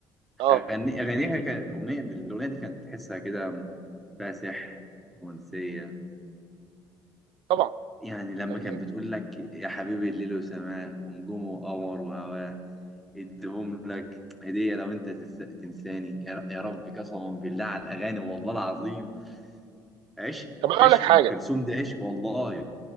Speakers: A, on the right (about 70°); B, in the centre.
A: اه
B: أغني أغانيها كانت أغنية الأغنية دي كانت تحسها كده فيها سحر رومانسية
A: طبعا
B: يعني لما
A: يعني
B: كان بتقول لك يا حبيبي الليل وسماه ونجومه وقمر وهواه اديهم لك هدية لو أنت تس- تنساني يا ر- يا رب قسما بالله على الأغاني والله العظيم عشق
A: طب انا
B: عشق
A: اقول لك حاجه
B: أم كلثوم دي عشق والله